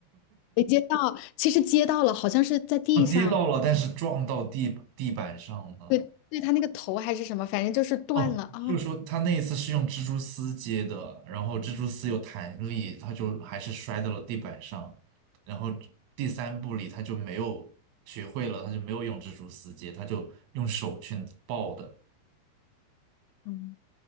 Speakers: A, on the left; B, on the right.
A: 没接到，其实接到了，好像是在地上，
B: <laughs> 他接到了，但是撞到地地板上了。
A: 对对，他那个头还是什么，反正就是断了啊。
B: 哦，就是说他那一次是用蜘蛛丝接的，然后蜘蛛丝有弹力，他就还是摔到了地板上。然后第三部里他就没有学会了，他就没有用蜘蛛丝接，他就用手去抱的。
A: 嗯